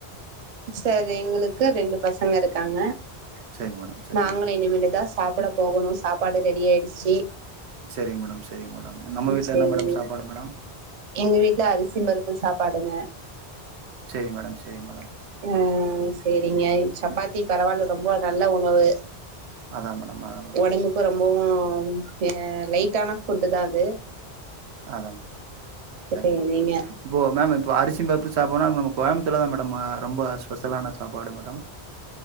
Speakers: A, on the right; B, on the right.
A: சார் எங்களுக்கு ரெண்டு பசங்க இருக்காங்க
B: சேரிங்க மேடம் சரிங்க
A: நாங்களு
B: மேடம்
A: இனிமேலதா சாப்ட போகணு சாப்பாடு ரெடி ஆயிடுச்சு
B: சரிங்க மேடம் சரிங்க மேடம் நம்ம
A: <unintelligible>
B: வீட்ல என்ன மேடம் சாப்பாடு மேடம்
A: எங்க வீட்ல அரிசி பருப்பு சாப்பாடுங்க
B: சேரிங்க மேடம் சேரிங் மேடம்
A: ஆஹ சேரிங்க சப்பாத்தி பரவாயில்ல ரொம்ப நல்ல உணவு
B: அதா மேடம் அதா மேடம்
A: உடம்புக்கு ரொம்பவும் ஹ லைட்டான ஃபுட் தா அது
B: அதான் மே தேங்க்யூ
A: சரிங்க
B: மேடம் இப்போ மேம் இப்போ அரிசி பருப்பு சாப்பாடுனா நம்ம கோயம்பத்தத்துல தா மேடம் ரொம்ப ஸ்பெஷலான சாப்பாடு மேடம்